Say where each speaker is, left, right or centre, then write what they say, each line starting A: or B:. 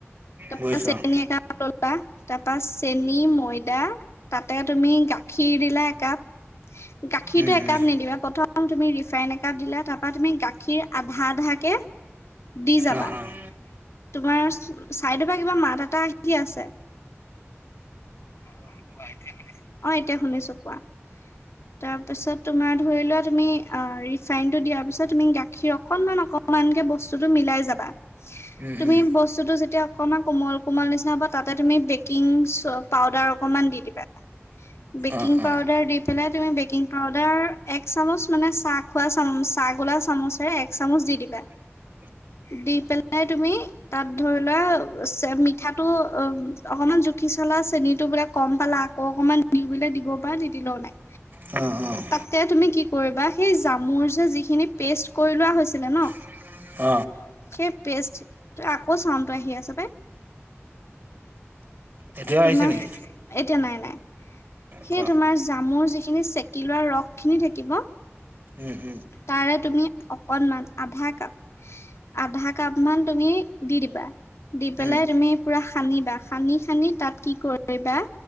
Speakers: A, on the left; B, on the right.
A: তাপা
B: বুজিছো
A: চেনী
B: অ',
A: একাপ লবা তাপা চেনী ময়দা- তাতে তুমি গাখীৰ দিলা একাপ- গাখীৰটো
B: উম,
A: একাপ
B: উম,
A: নিদিবা, প্ৰথম তুমি ৰিফাইন এ- কাপ দিলা, তাপা তুমি গাখীৰ আধা আধাকে দি যাবা।
B: অ', অ',
A: তোমাৰ চাইদৰ পা কিবা মাত এটা আহি আছে। অ' অ' কোৱা এতিয়া শুনিছা? অ' এতিয়া শুনিছোঁ কোৱা, তাৰপিছত তোমাৰ ধৰি লোৱা তুমি অ' ৰিফাইনটো দিয়াৰ পিছত তুমি গাখীৰ অকণমান, অকণমানকে বস্তুটো মিলাই যাবা।
B: উম,
A: তুমি
B: উম,
A: বস্তু বস্তুটো যেতিয়া অকণমান কোমল, কোমল নিচিনা হ'ব তাতে, তুমি বেকিং পাউদাৰ অকণমান দি দিবা। বেকিং
B: অ', অ',
A: পাউদাৰ দি পেলাই তুমি, বেকিং পাউদাৰ এক চামুচ মানে চাহ খোৱা চামু, চাহ গোলা চামুচেৰে এক চামুচ দি দিবা।
B: <inaudible>
A: দি পেলাই তুমি? তাত ধৰি লোৱা, চেপ মিঠাটো অ' অকণমান জুখি চালা, চেনিটো বোলে কম পালা? আকৌ অকমান দিওঁ বোলে দিব পাৰা নিদিলেও নাই।
B: অ', অ'।
A: তাতে তুমি কি কৰিবা, সেই জামুৰ যে যিখিনি পেষ্ট কৰি লোৱা হৈছিলে নহ?
B: <inaudible>
A: অ' সেই পেষ্ট আকৌ চাউনটো আহি আছে বে।
B: এতিয়াও
A: তোমাৰ
B: আহিছে নেকি?
A: এতিয়া নাই, নাই। সেই
B: কোৱা
A: তোমাৰ জামুৰ যিখিনি চেকি লোৱা ৰসখিনি থাকিব
B: উম', উম'।
A: তাৰে তুমি অকনমান আধা কাপ আধা কাপ মান তুমি দি দিবা, দি পেলাই
B: উম,
A: তুমি পুৰা সানিবা। সানি, সানি তাত কি কৰিবা?